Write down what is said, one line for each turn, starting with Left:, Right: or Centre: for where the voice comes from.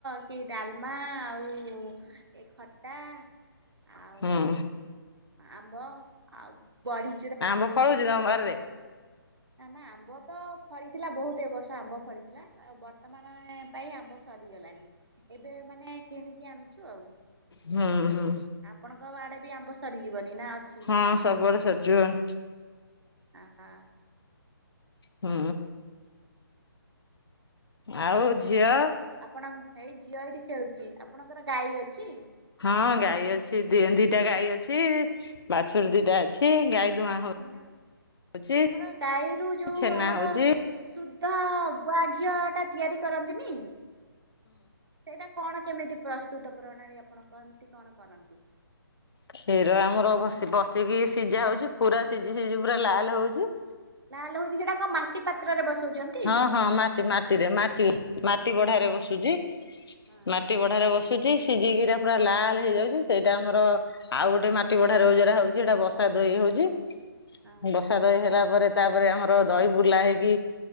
Right: କି ଡାଲମା ଆଉ ଏ ଖଟା। ଆଉ
Left: ହୁଁ।
Right: ଆମ୍ବ ଆଉ ବଢି।
Left: ଆମ୍ବ ଫଳଉଚ ତମ ବାରି ରେ
Right: ନା ନା ଆମ୍ବ ତ ଫଳିଥିଲା ବହୁତ୍ ଏ ବର୍ଷ ଆମ୍ବ ଫଳିଥିଲା। ଆଉ ବର୍ତ୍ତମାନ ଆଏଁ ପାଇଁ ଆମ୍ବ ସରିଗଲାଣି ଏବେ ମାନେ କିଣିକି ଆଣୁଛୁ ଆଉ।
Left: ହଁ ହୁଁ।
Right: ଆପଣଙ୍କ ଆଡେ ବି ଆମ୍ବ ସରିଯିବନି ନା? ଅଛି?
Left: ହାଁ ସବୁଆଡେ ସରିଯିବ।
Right: ଆ ହା।
Left: ହୁଁ। ଆଉ ଝିଅ?
Right: ଆପଣଙ୍କ ଏଇ ଝିଅ ଏଇଠି ଖେଳୁଚି। ଆପଣଙ୍କର ଗାଈ ଅଛି?
Left: ହଁ ଗାଈ ଅଛି ଦିଁ ଦିଟା ଗାଈ ଅଛି। ବାଛୁରୀ ଦିଟା ଅଛି ଗାଈ ଦୁଆଁ ହଉ-ଚି।
Right: ଆମର ଆମର ଗାଈରୁ ଯୋଉ
Left: ଛେନା
Right: ଆମର
Left: ହଉଚି।
Right: ଶୁଦ୍ଧ ଗୁଆ ଘିଅ ଟା ତିଆରି କରନ୍ତିନି। ସେଇଟା କଣ କେମିତି ପ୍ରସ୍ତୁତ ପ୍ରଣାଳୀ ଆପଣ କମତି କଣ କରନ୍ତି।
Left: କ୍ଷୀର ଆମର ବସି ବସିକି ସିଜା ହଉଚି ପୁରା ସିଜି ସିଜି ପୁରା ଲାଲ୍ ହଉଚି।
Right: ଲାଲ୍ ହଉଚି ସେଟା କଣ ମାଟି ପାତ୍ରରେ ବସଉଚନ୍
Left: ହଁ ହଁ ମାଟି ମାଟିରେ ମାଟି ମାଟି ବଢାରେ
Right: ହଁ
Left: ବସୁଚି।
Right: ହଁ
Left: ମାଟି ବ ଠାରେ ବସୁଚି ସିଜିକିରା ପୁରା ଲାଲ୍ ହେଇଯାଉଚି ସେଇଟା ଆମର ଆଉ ଗୋଟେ ମାଟି ବଢାରେ ରଇ ଉଜରା ହଉଚି ଏଇଟା ବସା ଦଇ ହଉଚି।
Right: ହଁ
Left: ବସା ଦହି ହେଲା ପରେ ତାପରେ ଆମର ଦହି ବୁଲା ହେଇକି